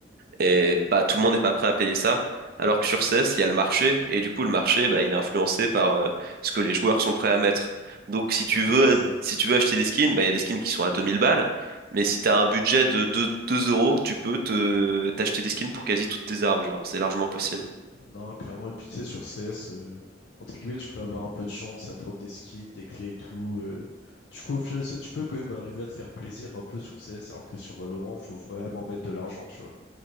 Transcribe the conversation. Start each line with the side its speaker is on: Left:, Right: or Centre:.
Right: Et pas tout le monde n'est pas prêt à payer ça. Alors que sur CS, il y a le marché. Et du coup, le marché, bah, il est influencé par euh, ce que les joueurs sont prêts à mettre. Donc, si
Left: Ouais,
Right: tu veux,
Left: c'est ça.
Right: si tu veux acheter des skins, bah, il y a des skins qui sont à 2000 balles. Mais si tu as un budget de deux deux euros, tu peux te, t'acheter des skins pour quasi toutes tes armes. Genre, c'est largement possible.
Left: Non, clairement. Et puis, tu sais, sur CS, euh, entre guillemets, tu peux avoir un peu de chance, ça drop des skins, des clés et tout. euh. Du coup, au final, ça, tu peux quand même arriver à te faire plaisir un peu sur CS, alors que sur Valorant, faut vraiment mettre de l'argent, tu vois.